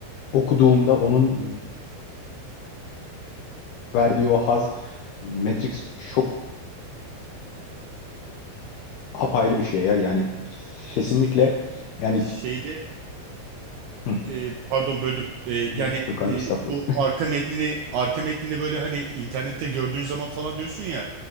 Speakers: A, on the left; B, on the right.
A: okuduğunda onun verdiği o haz Matrix çok apayrı bir şey ya. Yani
B: Kesinlikle
A: kesinlikle yani
B: şeyde
A: Hı,
B: e, pardon böldüm. E, yani
A: y- yok abi
B: e,
A: estağfurullah.
B: bu arka metnini arka metnini böyle hani internette gördüğün zaman falan diyorsun ya.